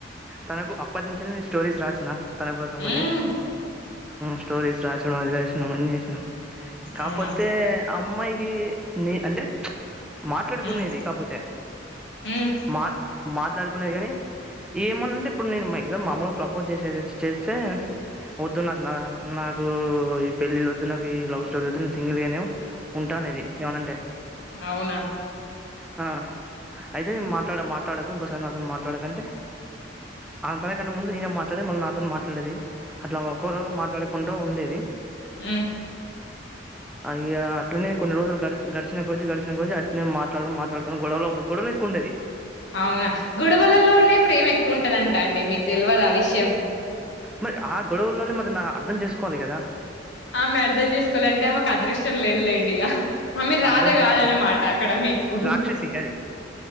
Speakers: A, in the centre; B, on the left (about 65°).
A: తనకు అప్పటి నుంచి నేను స్టోరీస్ రాసిన తన కోసమని
B: మ్మ్
A: స్టోరీస్ రాసడం అది రాసినాం అనీ చేసినాం కాపోతే
B: అవునా
A: అమ్మాయి అంటే మాట్లాడుకునేది
B: మ్మ్
A: కాకపోతే
B: మ్మ్
A: మా మాట్లాడు ఉ కానీ ఏమన అంటే ఇప్పుడు నేను మా ఎగ్జామ్ మామూలుగా ప్రపోజ్ చేసేది చేస్తే వద్దు నాకు నా నాకు ఈ పెళ్ళిళ్ళ వద్దు నాకు ఈ లవ్ స్టోరీలు వద్దు నేను సింగిల్గానేవు ఉంటానేది ఏమనంటే
B: అవునా
A: ఆ అయితే మాట్లాడ మాట్లాడకు ఇంకోసారి నాతో మాటల మాట్లాడంటే అ తనకన్నా ముందు నేనే మాట్లాడే మళ్ళీ నాతో మాట్లాడేది అట్లా ఒకక్కరు మాట్లాడు ఉంటూ ఉండేది
B: ఆ
A: అయ అట్లనే కొన్ని రోజులు గచ గడిచిన కొజీ గడిచిన కొజీ అట్నే మాట్లాడు మాట్లాడుకొడం గొడవలు గొడవలు ఎక్కువ ఉండేది
B: అవునా గ గుడవల్ల లోనే ప్రేమ ఎక్కువ ఉంటదంటా అండి మీకు తెలియదు ఆ విషయం
A: మరి ఆ గొడవల్లోనే మరి నా అర్థం చేసుకోవాలి కదా
B: ఆమె అర్థం చేసుకోవాలంటే ఆ మాకు అదృష్టం లేదులేండి ఇక ఆమెరు
A: అర్థం
B: రాధ కాద
A: చేసుకో
B: అనమాట అక్కడ మీకు
A: రాక్షసి అది.